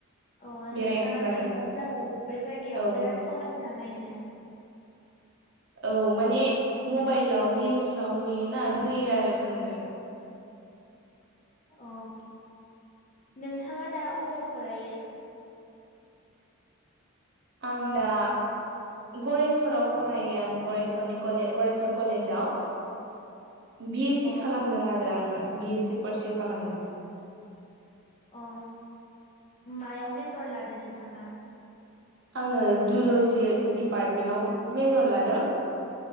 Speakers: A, on the left; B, on the right.
A: अ
B: बेरायनाय
A: नोंथाङा
B: जागोन
A: थांगबानो जाबाय बेफोर जायगायाव
B: औ
A: बिराद समायना नायनो
B: औ माने
A: औ
B: मबाइलाव रिल्सफ्राव नुयोना लुबैयो आरो थांनो <unintelligible>
A: अ नोंथाङा दा अबाव फरायो
B: आं दा गरेस्वराव फन फरायो आं गरेस्वरनिलेज गरेस्वर कलेजाव बि एस सि
A: अ
B: खालामदों आरो आङो बिएस सि पारसिउ खालामदों
A: अ मायाव मेजर लादो नोंथाङा
B: आङो जुल'जि डपार्टमेन्टाव मेजर लादों